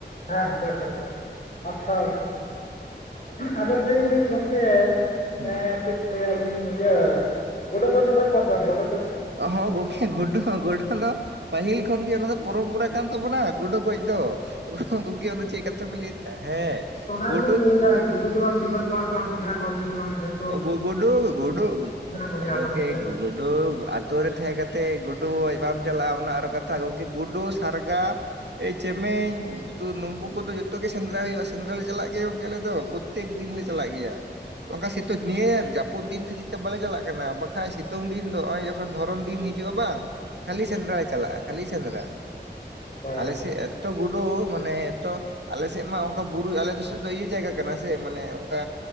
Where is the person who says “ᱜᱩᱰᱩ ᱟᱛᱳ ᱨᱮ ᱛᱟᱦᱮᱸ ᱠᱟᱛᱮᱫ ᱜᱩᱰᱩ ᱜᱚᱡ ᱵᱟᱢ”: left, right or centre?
Right